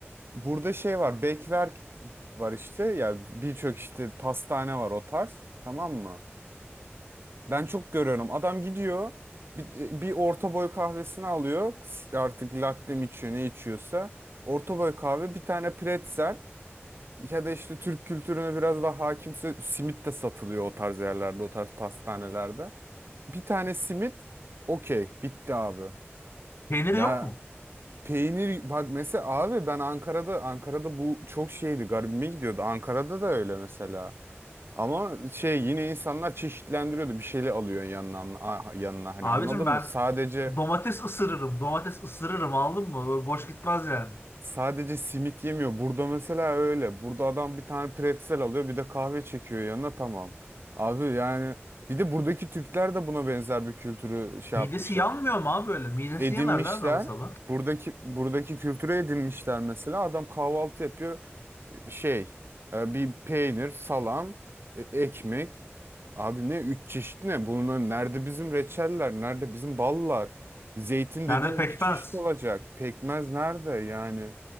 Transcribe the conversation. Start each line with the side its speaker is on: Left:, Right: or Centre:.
Right: burada şey var bekverk var işte yani birçok işte pastane var o tarz tamam mı? Ben çok görüyorum. Adam gidiyor bir, bir orta boy kahvesini alıyor. Artık latte mi içiyor ne içiyorsa. Orta boy kahve bir tane pretzel ya da işte Türk kültürüne biraz daha hakimse simit de satılıyor o tarz yerlerde o tarz pastanelerde. Bir tane simit okey bitti abi.
Left: Peyniri
Right: Ya
Left: yok mu?
Right: peynir bak mesela abi ben Ankara'da Ankara'da bu çok şeydi garibime gidiyordu. Ankara'da da öyle mesela. Ama şey yine insanlar çeşitlendiriyordu. Bir şeyle alıyor yanına a- yanına hani
Left: Abicim
Right: anladın
Left: ben
Right: mı? Sadece
Left: domates ısırırım. Domates ısırırım anladın mı? Böyle boş gitmez yani.
Right: sadece simit yemiyor. Burada mesela öyle. Burada adam bir tane pretzel alıyor, bir de kahve çekiyor yanına tamam. Abi yani bir de buradaki Türkler de buna benzer bir kültürü şey
Left: Midesi
Right: yapmışlar.
Left: yanmıyor mu abi böyle? Midesi
Right: Edinmişler.
Left: yanar lan adamın sabah.
Right: Buradaki buradaki kültüre edinmişler mesela. Adam kahvaltı yapıyor. şey e, bir peynir, salam, e, ekmek. Abi ne üç çeşit ne? Bunun nerede bizim reçeller, nerede bizim ballar? Zeytin
Left: Nerede
Right: dediğin
Left: pekmez.
Right: iki çeşit olacak. Pekmez nerede yani?